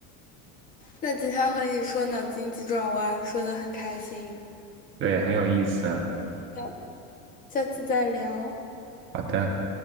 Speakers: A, on the left; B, on the right.
A: 那今天和你说脑筋急转弯，说的很开心，
B: 对，很有意思。
A: 下下次再聊。
B: 好的。